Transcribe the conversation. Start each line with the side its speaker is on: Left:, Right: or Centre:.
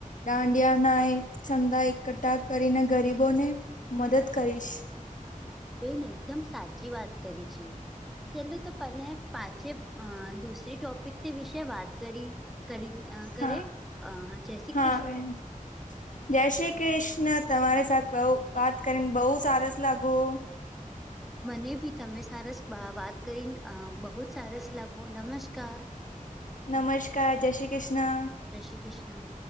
Left: દાંડિયા નાઈટ ચંદા એકઠા કરીને ગરીબોને મદદ કરીશ.
Centre: બેન એકદમ સાચી વાત કરી છે. ચલું તો તને પાચે અ દુસરી ટોપિક વિશે ને વાત કરી. કરી કરે
Left: હા
Centre: અ જય શ્રી
Left: હા
Centre: કૃષ્ણ.
Left: બેન જય શ્રી કૃષ્ણ તમારી સાથે બઉ વાત કરીને બહુ સારસ લાગુ.
Centre: મને બી તમે સરસ બા વાત કરીન બહુ જ સારસ લાગો નમસ્કાર.
Left: નમસ્કાર, જય શ્રી કૃષ્ણ.
Centre: જય શ્રી કૃષ્ણ.